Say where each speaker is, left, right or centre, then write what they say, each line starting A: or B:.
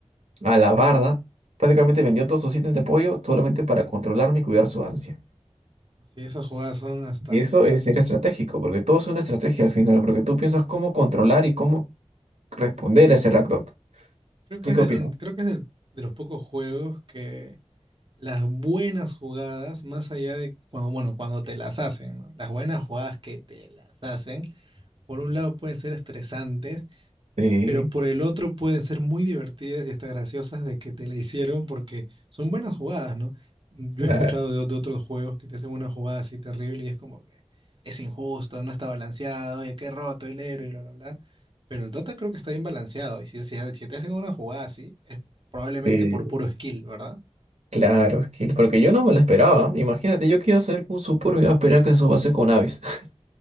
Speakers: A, on the right; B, on the right.
A: a la barda, prácticamente vendió todos sus ítems de apoyo solamente para controlarme y cuidar su ansia.
B: Si esas jugadas son hasta
A: Y eso es ser estratégico, porque todo es una estrategia al final, porque tú piensas cómo controlar y cómo responder a ese Rakdos.
B: Creo que
A: ¿Tú
B: es
A: qué
B: del
A: opinas?
B: un- creo que es del- de los pocos juegos que las buenas jugadas, más allá de cuando, bueno, cuando te las hacen, ¿no? Las buenas jugadas que te las hacen, por un lado pueden ser estresantes
A: Sí,
B: pero por el otro pueden ser muy divertidas y hasta graciosas de que te la hicieron porque son buenas jugadas, ¿no? Yo
A: claro.
B: he escuchado de, de otros juegos que te hacen una jugada así terrible y es como que es injusto, no está balanceado, oye, qué roto el héroe y bla, bla, bla. Pero el Dota creo que está bien balanceado y si, si, si te hacen una jugada así es probablemente
A: Sí,
B: por puro skill, ¿verdad?
A: claro, es que porque yo no me lo esperaba. Imagínate, yo qué iba a hacer con Supor, iba a esperar que su base con Avis. <laughs>